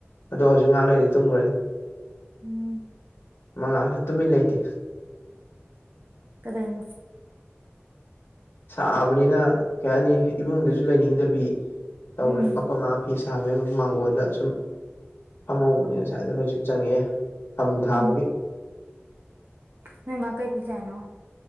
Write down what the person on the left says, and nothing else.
ꯑꯗꯣ ꯍꯧꯖꯤꯛ ꯉꯥꯛꯂꯩꯔꯗꯤ ꯇꯨꯝꯒ꯭ꯔꯅꯤ
ꯃꯉꯥꯜꯁꯨ ꯇꯨꯃꯤꯟ ꯂꯩꯇꯦ
ꯁꯥꯕꯅꯤꯅ ꯀꯩ ꯍꯥꯏꯅꯤ ꯏꯕꯨꯡꯗꯁꯨ ꯂꯩꯅꯤꯡꯗꯕꯤ ꯇꯧꯔꯦ
ꯑꯈꯣꯏ ꯃꯥ ꯐꯤ ꯁꯥꯕꯒꯤ ꯃꯥꯡꯒꯣꯟꯜꯗ ꯁꯨꯝ ꯐꯝꯍꯧꯕꯅꯦ ꯉꯁꯥꯏ ꯑꯗꯣ ꯍꯧꯖꯤꯛ ꯆꯪꯉꯛꯑꯦ ꯐꯝ ꯊꯥꯕꯒꯤ